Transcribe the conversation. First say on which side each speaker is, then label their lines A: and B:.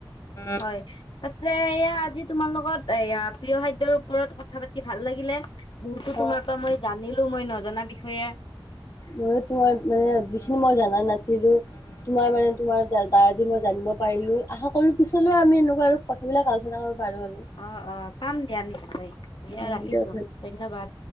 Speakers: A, on the left; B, on the left.
A: উম'
B: হয় পাছে এইয়া আজি তোমাৰ লগত এয়া প্ৰিয় খাদ্যৰ ওপৰত কথ- থা পাতি ভাল লাগিলে, বহুতো
A: অ'
B: তোমাৰ পৰা মই জানিলোঁ মই নজনা বিষয়ে।
A: মইয়ো তোমাৰ মানে যিখিনি মই জানা নাছিলোঁ- তোমাৰ মানে তোমাৰ দা দ্বাৰাই দি মই জানিব পাৰিলোঁ। আশা কৰোঁ পিছলৈও আমি এনেকুৱা আৰু- কথাবিলাক আলোচনা কৰিব পাৰোঁ আৰু।
B: অ‍ঁ' অঁ' পাম দিয়া নিশ্চয়, দিয়া
A: অ'
B: ৰাখিছোঁ।
A: দিয়ক ধন্যবাদ।
B: ধন্যবাদ।